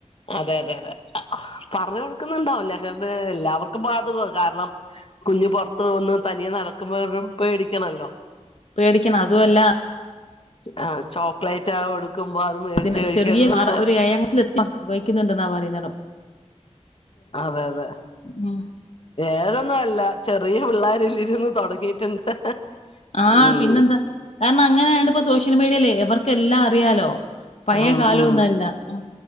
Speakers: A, on the left; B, on the left.
A: അതെ അതെ അതെ പറഞ്ഞോടു ുന്നുണ്ടാവില്ല കാരണ്ട് എല്ലാവർക്കും ബാധകം കാരണം കുഞ്ഞ് പുൊറത്ത്ു വന്നന്ന് തനിയെ നടക്കുമ്പോരും പേടിക്കണല്ലോ
B: പേടിക്കണം അതുഅല്ല
A: ആ ചോക്ലേറ്റ് ആ കൊടുക്കുമ്പോ അത് മേടിച്ച്
B: ഇതിന്
A: കഴിക്കരുതെന്നോ
B: ചെറിയ ആർ ഒരേ ഴാംക്ലാസ്സ്‌ എത്തയ ഉപയോഗിക്കുന്നുണ്ടെന്നാ പറയുന്നടോ
A: അതെ അതെ
B: ഉം.
A: ഏതൊന്നും അല്ല- ചെറിയ പിള്ളോരല്രുന്ന് തുടങ്ങിയിട്ടുണ്ട്
B: ആഹ്
A: ഉം
B: പിന്നെന്താ കാരണം അങ്ങനെയ ആാണ്പ്പൊ സോഷ്യൽ മീഡിയല്ലേ എവർക്കെല്ലാം അറിയാലോ പഴയ
A: ഉം
B: കാലോ
A: ഉം
B: ന്നല്ല ഉ